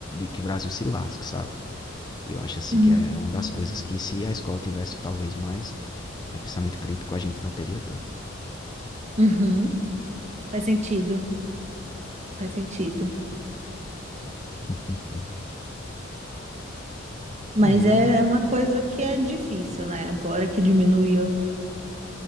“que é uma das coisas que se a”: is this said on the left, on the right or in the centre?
Left